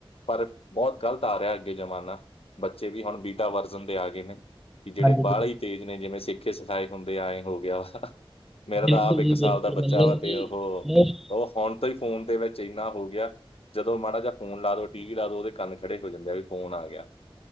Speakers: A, on the left; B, in the centre.
A: ਪਰ ਬਹੁਤ ਗ਼ਲਤ ਆ ਰਿਹਾ ਅੱਗੇ ਜ਼ਮਾਨਾ। ਬੱਚੇ ਵੀ ਹੁਣ ਬੀਟਾ ਵਰਜਨ ਦੇ ਆ ਗਏ ਨੇ, ਕਿ ਜਿਹੜੇ
B: ਹਾਂਜੀ ਹਾਂਜੀ
A: ਬਾਹਲੇ ਹੀ ਤੇਜ਼ ਨੇ ਜਿਵੇਂ ਸਿੱਖੇ ਸਿ ਆਏਂ ਹੁੰਦੇ ਆ ਆਏਂ ਹੋ ਗਿਆ ਵਾ
B: ਬਿਲਕੁਲ
A: ਮੇਰਾ ਤਾਂ ਆਪ ਇੱਕ
B: ਜੀ ਬਿਲਕੁਲ
A: ਸਾਲ ਦਾ ਬੱਚਾ
B: ਮਤਲਬ
A: ਵਾ ਤੇ
B: ਕਿ
A: ਉਹ-ਉਹ
B: ਮੋਸਟ
A: ਫੋਨ ਫੋਨ ਦੇ ਵਿੱਚ ਇੰਨਾ ਹੋ ਗਿਆ ਜਦੋਂ ਮਾੜਾ ਜਾ ਫੋਨ ਲਾ ਦੋ ਟੀ ਵੀ ਲਾ ਦੋ ਉਹਦੇ ਕੰਨ ਖੜੇ ਹੋ ਜਾਂਦੇ ਆ ਵੀ ਫ਼ੋਨ ਆ ਗਿਆ।